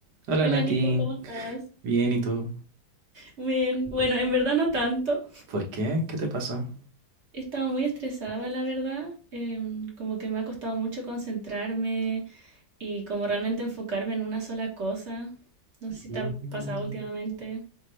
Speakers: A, on the right; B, on the right.
A: Hola
B: Hola
A: Nati,
B: Nico, ¿cómo estás?
A: bien, ¿y tú?
B: Muy Bien, bueno, en verdad no tanto.
A: ¿Por qué? ¿Qué te pasó?
B: He estado muy estresada, la verdad. Em, como que me ha costado mucho concentrarme y como realmente enfocarme en una sola cosa. No sé si
A: Mm.
B: te ha pasado últimamente.